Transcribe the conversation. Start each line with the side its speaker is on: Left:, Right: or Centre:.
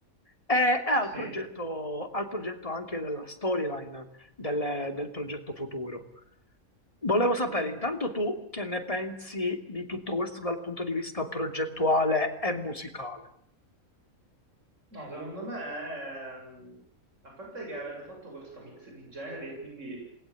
Left: e, e al
Right: Sì.
Left: progetto, al progetto anche della storyline del, del progetto futuro. Volevo sapere intanto tu che ne pensi di tutto questo dal punto di vista progettuale e musicale.
Right: No, secondo me, ehm, a parte che avete fatto questo mix di generi e quindi